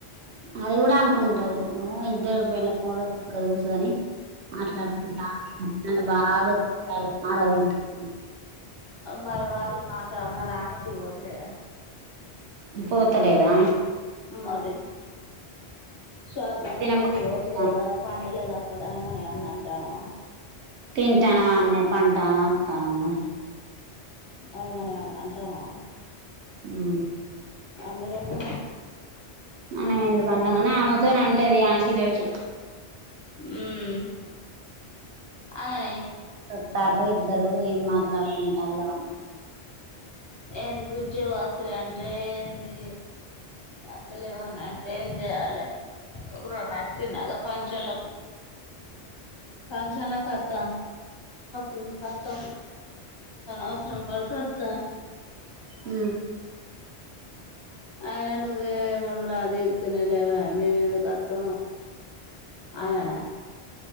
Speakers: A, on the right (about 85°); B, on the left (about 40°).
A: అది కూడా అనుకుంటారు ఇద్దరూ <unintelligible> అక్కడా కూర్చొని మాట్లాడుకుంట ఉన్నారు నన్ను బాగా <unintelligible>
B: మరి వాళ్ళు మాట మరి ఆమెంటికి పోతలేదా
A: పోతలేదా
B: మరి శ్వాతంటూలు
A: తినకుండా
B: ఇంటికి
A: కూర్చుంటాను
B: పోతలేదా పంటగ లేదు అక్కడ మన అన్న అంటాను
A: తింటాన <unintelligible>
B: ఆ మనం ఏమన్న అంటున్నామా
A: ఆ
B: అంటలేం కదా
A: మనం ఎందుకు అంటాం గాని నా అమతోనే అంటది ఆంటీతోోటి
B: ఉ అననీ
A: ంటారు ఇద్దరు ఏం మాట్లాడుకుంటరో అని
B: ఎంది పుజో అత్ర అంట ఏంది అత లేవు టైన్ చేయాలి ఇప్పు నచ్చినక ఫంక్షన్ ఫంక్షన్ లకు అత్త డు కు అత్త అవసరం పడతాది త్త
A: హ
B: అయన నువ్వే <unintelligible> <unintelligible> త్త అనడా